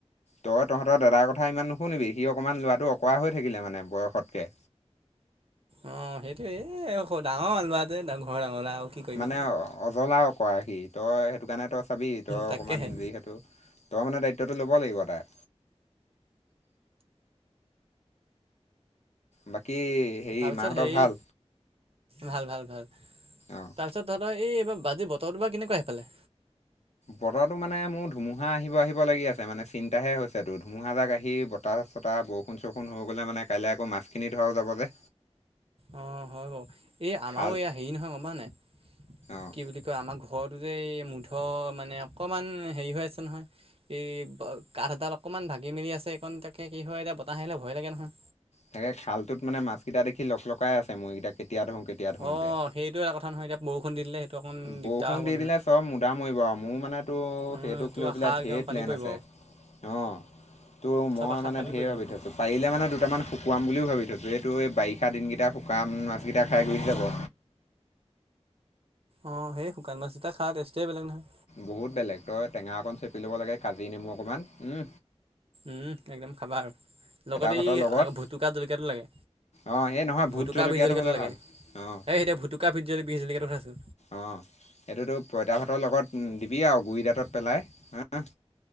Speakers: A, on the left; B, on the right.
A: তই তহঁতৰ দাদাৰ কথা কথা ইমান নুশুনিবি সি অকমান লোৱাটো অকৰা হৈ থাকিলে মানে বয়সতকে
B: অ সেইটোৱে এ স ডাঙৰ মাল ল'ৰাটো ঘৰৰ ডাঙৰ ল'ৰা আৰু কি কৰিবি
A: মানে অজলা অকৰা সি তই সেইটো কাৰণে তই চাবি তই অকণমান
B: তাকেহে
A: যিহেতু তই মানে দায়িত্ব দায়িত্ব লব লাগিব তাৰ। বাকী হেৰি
B: তাৰপিছত
A: মাহঁতৰ
B: হেৰি
A: ভাল
B: ভাল ভাল ভাল তাৰ
A: অঁ
B: পিছত ধৰ এই এইবাৰ আজি বতৰটো বাৰু কেনেকুৱা সেইফালে
A: বতৰটো মানে মোৰ ধুমুহা আহিব আহিব লাগি আছে মানে চিন্তাহে হৈছে তোৰ ধুমুহা জাক আহি বতাহ তাৰপাছত আৰু বৰষুণ চৰষুণ হৈ গ'লে মানে কাইলৈ আকৌ মাছখিনি ধৰাও যাব যে
B: অ হয় বাৰু এই আমাৰো
A: খাল
B: এয়া হেৰি নহয় গম পাওঁ নে
A: অঁ
B: কি বুলি কয় আমাৰ ঘৰত যে এই মূধ মানে অকণমান হেৰি হৈ আছে নহয়, এই বা কাঠ এডাল অকণমান ভাগি মেলি আছে এইকণ তাকে কি হয়, এতিয়া বতাহ আহিলে ভয় লাগে নহয়।
A: তাকে খালটোত মানে মাছ কেইটা দেখি লক লকাই আছে মৰিকেইটাই তেতিয়া ধৰো কেতিয়া ধৰোকে
B: অঁ সেইটো এটা কথা নহয় এতিয়া বৰষুণ দি দিলে সেইটো অকণ
A: বৰষুণ
B: দিগদাৰ হ'ব
A: দি
B: নহয়
A: দিলে চব মুধা মৰিব আৰু মোৰ মানেতো
B: এইটো
A: সেইটোক লৈ
B: আশা
A: পেলাই ঢেৰ
B: একদম
A: প্লেন
B: পানী পৰিব
A: আছে। অ তো মই
B: চব আশাত
A: মানে
B: পানী
A: ঢেৰ
B: পৰিব
A: ভাবি
B: দেখোন
A: থৈছোঁ পাৰিলে মানে দুটামান শুকুৱাম বুলিও ভাবি থৈছোঁ। যিহেতু এই বাৰিষা দিনকেইটা শুকান মাছ কেইটা খাই গুৰিত যাব।
B: অ সেই শুকান মাছ এটা খা তেষ্টয়েই বেলেগ নহয়
A: বহুত বেলেগ তই টেঙা অকণ চেপি ল'ব লাগে, কাজি নেমু অকণমান উহ
B: উম একদম খাবা আৰু লগতে
A: ভাতৰ
B: এই
A: লগত
B: আ ভুটুকা জলকীয়াটো লাগে
A: অঁ এই নহয় ভোট
B: ভুতুকা বিজ জলকীয়াটো
A: হ'লে
B: লাগে,
A: ভাল অঁ
B: এই সেইতিয়া ভুতুকা ভূত জলকীয়াটো বিজিলীঘাটতহে আছে।
A: অঁ এইটোতো পঁইতা ভাতৰ লগত দিবি আৰু গুৰি দাঁতত পেলাই হা